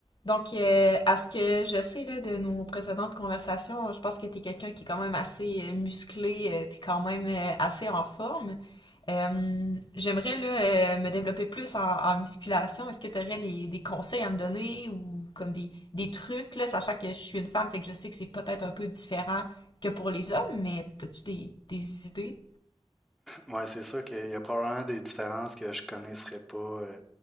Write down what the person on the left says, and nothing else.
Donc, euh, à ce que je sais là, de nos précédentes conversations, je pense que tu es quelqu'un qui est quand même assez euh, musclé, euh, puis quand même euh, assez en forme. Euh, j'aimerais là, euh, me développer plus en, en musculation. Est-ce que tu aurais des, des conseils à me donner ou comme des, des trucs, là, sachant que je suis une femme, fait que je sais que c'est peut-être un peu différent que pour les hommes, mais as-tu des, des idées,